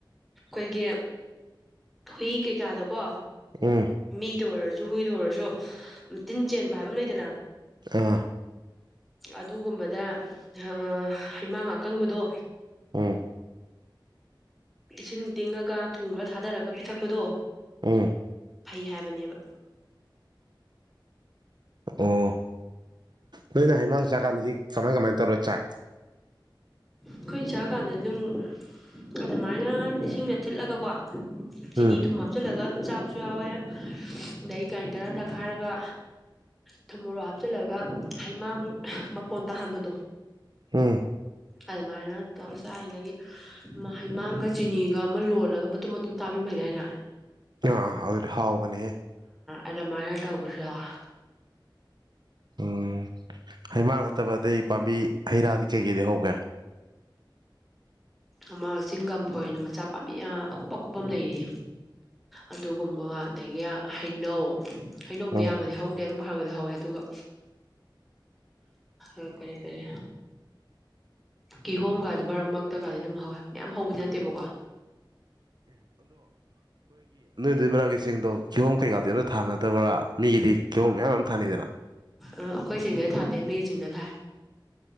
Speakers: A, in the centre; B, on the right.
A: ꯑꯩꯈꯣꯏꯒꯤ ꯍꯨꯏ ꯀꯩꯀꯥꯗꯣ ꯀꯣ
B: ꯎꯝ
A: ꯃꯤ ꯗ ꯑꯣꯏꯔꯁ ꯨ ꯍꯨꯏꯗ ꯑꯣꯏꯔꯁꯨ ꯇꯤꯟ ꯆꯦꯟꯕ ꯍꯥꯏꯕ ꯑꯃ ꯂꯩꯗꯅ
B: ꯑꯥ
A: ꯑꯗꯨꯒꯨꯝꯕꯗ ꯑꯥ ꯍꯩꯃꯥꯡ ꯑꯀꯪꯕꯗꯣ
B: ꯎꯝ
A: ꯏꯁꯤꯡ ꯇꯤꯡꯉꯒ ꯊꯨꯝ ꯈꯔ ꯊꯥꯗꯔꯒ ꯄꯤꯊꯛꯄꯗꯣ
B: ꯎꯝ
A: ꯐꯩ ꯍꯥꯏꯕꯅꯦꯕ
B: ꯑꯣ ꯅꯣꯏꯅ ꯍꯤꯃꯥꯡ ꯆꯥꯀꯥꯟꯗꯤ ꯀꯃꯥꯏ ꯀꯃꯥꯏ ꯇꯧꯔ ꯆꯥꯏ
A: ꯑꯩꯈꯣꯏꯅ ꯆꯥꯛ ꯀꯥꯟꯗ ꯑꯗꯨꯝ ꯑꯗꯨꯃꯥꯏꯅ ꯏꯁꯤꯡꯗ ꯊꯤꯠꯂꯒꯀꯣ ꯆꯤꯅꯤ
B: ꯎꯝ
A: ꯊꯨꯝ ꯍꯥꯞꯆꯤꯜꯂꯒ ꯁꯨꯝ ꯆꯥꯕꯁꯨ ꯌꯥꯎꯋꯦ ꯑꯗꯩ ꯒ꯭ꯔꯥꯏꯟꯗꯔ ꯇꯛꯈꯥꯏꯔꯒ ꯊꯨꯝꯃꯣꯔꯣꯛ ꯍꯥꯞꯆꯤꯜꯂꯒ ꯍꯩꯃꯥꯡ ꯃꯄꯣꯟ ꯇꯥꯍꯟꯕꯗꯣ
B: ꯍꯝ
A: ꯑꯗꯨꯃꯥꯏꯅ ꯇꯧꯔ ꯆꯗꯒꯤ ꯍꯩꯃꯥꯡꯒ ꯆꯤꯅꯤꯒ ꯑꯃ ꯂꯣꯜꯂꯒ ꯃꯇꯨꯝ ꯃꯇꯨꯝ ꯇꯥꯕꯤꯕꯩꯗ ꯑꯏꯅ
B: <unintelligible> ꯍꯥꯎꯕꯅꯦ ꯍꯦ
A: ꯑꯗꯨ ꯃꯥꯅ ꯇꯧꯕꯁꯨ ꯌꯧꯑꯦ
B: ꯎꯝ ꯍꯩꯃꯥꯡ ꯅꯠꯇꯕ ꯑꯇꯩ ꯄꯥꯝꯕꯤ ꯍꯩ ꯔꯥꯗꯤ ꯀꯩꯀꯩꯗꯤ ꯍꯧꯒꯦ
A: ꯑꯃ ꯆꯤꯡ ꯀꯝꯐꯣꯏꯅ ꯃꯆꯥ ꯄꯥꯝꯕꯤ ꯑꯀꯨꯞ ꯑꯀꯨꯞꯄ ꯑꯃ ꯂꯩꯌꯦ ꯑꯗꯨꯒꯨꯝꯕ ꯑꯗꯒꯤ ꯍꯩꯅꯧ ꯍꯩꯅꯧꯗꯤ
B: ꯎꯝ
A: ꯌꯥꯝꯅꯗꯤ ꯍꯧꯗꯦ ꯑꯗꯨꯝ ꯈꯔꯒꯗꯤ ꯍꯧꯋꯦ ꯑꯗꯨꯒ ꯑ ꯀꯔꯤ ꯀꯔꯤ ꯀꯤꯍꯣꯝꯒꯗꯤ ꯕꯥꯔ ꯃꯛꯇꯒꯗꯤ ꯑꯗꯨꯝ ꯍꯧꯋꯦ ꯃꯌꯥꯝ ꯍꯧꯕꯗꯤ ꯅꯠꯇꯦꯕꯀꯣ
B: ꯑꯗꯨꯏ ꯃꯅꯥꯒꯤꯁꯤꯡꯗꯣ ꯀꯤꯍꯣꯝ ꯀꯩꯀꯥ ꯗꯤ ꯑꯝꯇ ꯊꯥꯅꯗꯕ꯭ꯔꯥ ꯃꯤꯒꯤꯗꯤ ꯀꯤꯍꯣꯝ ꯃꯌꯥꯝ ꯃꯌꯥꯝ ꯑꯃ ꯊꯥꯅꯩꯗꯅ
A: ꯎꯝ ꯑꯩꯈꯣꯏ ꯆꯤꯡꯗ ꯊꯥꯗꯦ ꯃꯤ ꯆꯤꯡꯗ ꯊꯥ